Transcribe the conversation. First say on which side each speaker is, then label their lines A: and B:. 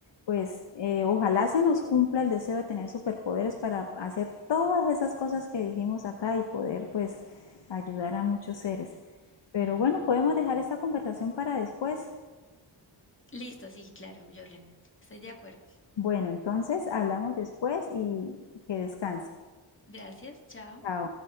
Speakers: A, on the left (about 60°); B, on the left (about 25°).
A: Pues eh, ojalá se nos cumpla el deseo de tener superpoderes para hacer todas esas cosas que dijimos acá y poder pues ayudar a muchos seres. Pero bueno, podemos dejar esta conversación para después.
B: Listo, sí, claro, Jorlen, estoy de acuerdo.
A: Bueno, entonces hablamos después y que descanse.
B: Gracias, chao.
A: Chao.